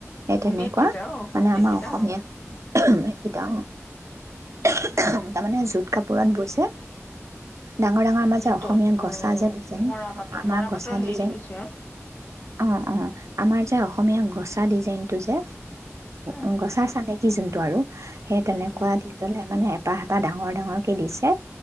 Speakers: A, on the right; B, on the left.
A: সেই তেনেকুৱা
B: মেট কেইটা অ সৰু
A: মানে
B: মেট
A: আমাৰ
B: কেইটা
A: অসমীয়া
B: অ
A: গিতা তাৰমানে
B: উম
A: যত কাপোৰ পূৰণ গৈছে ডাঙৰ ডাঙৰ মাজে
B: জোতত
A: অসমীয়া
B: অ
A: গছা যে ডিজাইন
B: মৰাপাটৰ
A: আমাৰ
B: মৰাপাটৰ
A: গছা
B: হেৰি
A: ডিজাইন
B: গৈছে আৰু
A: অ অ আমাৰ যে অসমীয়া গছা ডিজাইনটো যে
B: উম
A: উ গছা চাকী কি চিন্তা টো আৰু সেই
B: বুজিছো
A: তেনেকুৱা দি পেলাই মানে হেপাহ পা ডাঙৰ ডাঙৰ কে দিছে